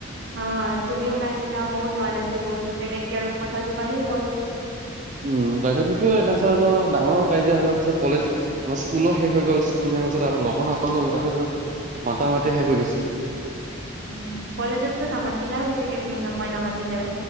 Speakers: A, on the right (about 55°); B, on the right (about 35°).
A: হা তুমিও নাহিলা মই যোৱা নাছিলোঁ তো তেনেক কথা তো বাহি গ'ল।
B: উম তাৰপিছত সেইটোয়ে তাৰপিছত আৰু ডাঙৰ কাজিয়া হৈ কলেজ। আমাৰ স্কুলো শেষ হৈ গ'ল, স্কুল শেষ পাছত তাতো লগ নাপালো তাৰপিছত মাতা মাতি শেষ হৈ গৈছিল।
A: উম, কলেজততো নামাতিলা হৈছাগে তুমি মই নামাতিলে।